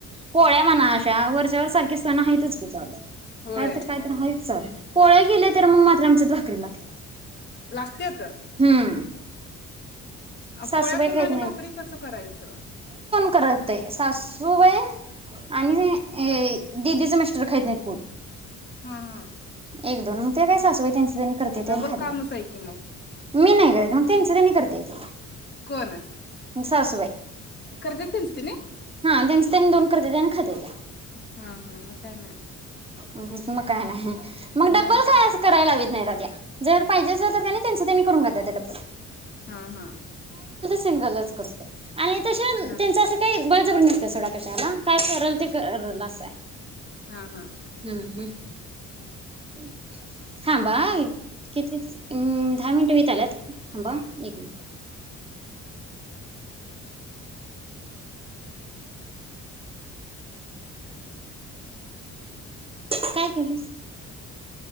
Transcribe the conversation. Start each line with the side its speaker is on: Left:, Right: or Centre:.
Right: पोळ्या म्हणा अशा वर्ष त्याच्यावर सारखे सण आहेतच की चालू.
Left: होय
Right: कायतरी कायतरी ह्याचं चालू. पोळ्या केल्यात. तर म मात्र आमच्यात भाकरी लागते.
Left: लागतेच.
Right: हम्म सासूबाई
Left: पोळ्या करून
Right: खाईत
Left: आणि भाकरी कसं करायचं.
Right: करते सासू बाई करते आणि दिदीचं मिस्टर दुसरा खात नाहीत कोण
Left: हा हा
Right: एक दोन मग ते काय सासूबाई त्यांच त्यांनी करते
Left: डबल
Right: आणि खात्यात.
Left: कामच आहे की मग
Right: मी नाही करते मग तीनच त्यांनी करतेेत.
Left: कोण?
Right: सासूबाई.
Left: करते त्याच त्यांनी?
Right: हा त्यांचं त्यांनी करते दोन खात्यात.
Left: हा हा मग काय नाही.
Right: मग काय नाही. मग
Left: हा
Right: डब्बल काय
Left: ते
Right: असं करायला लावीत नाही. या जर पाहिजे अस तर त्यां त्यांच त्यांनी करून घ्या त्या डबल.
Left: हा हा.
Right: सिंगलच करते. आणि तस
Left: हा
Right: त्यांच असं काही. बरजबर नसते सोडा कशाला काय कल ते करल असं आहे.
Left: हा हा.
Right: हम्म हम्म थांबा हा किती दहा मिनिट होत आल्यात थाबा एक मिनिट काय केलंस